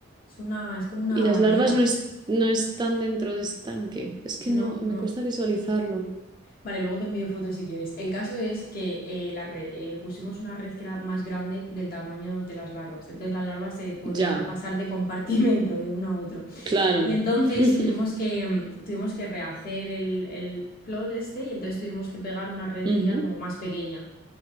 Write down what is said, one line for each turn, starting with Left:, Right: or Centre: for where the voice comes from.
Left: Es una, es como una
Right: Y las
Left: bañera.
Right: larvas no, es- no están dentro de ese tanque. Es que
Left: No,
Right: no, me
Left: no.
Right: cuesta visualizarlo.
Left: Vale, luego te envío fotos si quieres. El caso es que eh, la re- eh, pusimos una red que era más grande del tamaño de las larvas. Entonces las larvas se podían
Right: Ya,
Left: pasar de compartimento de uno a otro.
Right: claro.
Left: Y entonces
Right: <laughs>
Left: tuvimos que, mm, tuvimos que rehacer el, el plot este y entonces tuvimos que pegar una redecilla
Right: Ujú,
Left: como más pequeña.